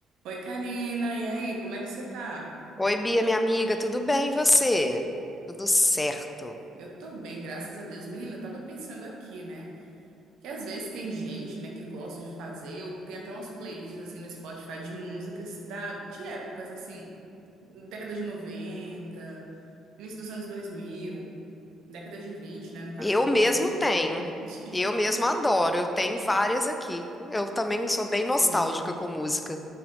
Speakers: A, on the right; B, on the left.
A: Oi, Karina, e aí, como é que você tá?
B: Oi, Bia, minha amiga, tudo bem e você? Tudo certo.
A: Eu tô bem, graças a Deus. Menina, eu tava pensando aqui, né? Que às vezes tem gente, né, que gosta de fazer, ou tem até umas playlists assim no Spotify de músicas da, de épocas assim, década de 90, início dos anos 2000, década de 20, né, no caso,
B: Eu mesmo
A: essa década
B: tenho.
A: de 20.
B: Eu mesmo adoro. Eu tenho várias aqui. Eu também sou bem nostálgica
A: <laughs>
B: com música.